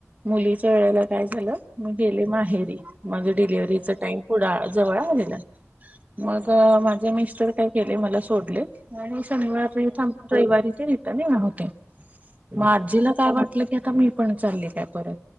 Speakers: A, on the right (about 30°); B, on the left (about 75°).
A: मुलीच्या वेळेला काय झालं मी गेले माहेरी माझ डिलिव्हरीचा
B: हम्म
A: टाइम पुढ जवळ
B: हम्म
A: आलेला. <inaudible> मग माझे मिस्टर काय केले मला सोडले आणि शनिवार
B: हम्म
A: त थांब रविवारी थ <unintelligible> म
B: हम्म
A: आजीला
B: हम्म
A: काय वाटलं की आता मी पण चालले काय परत.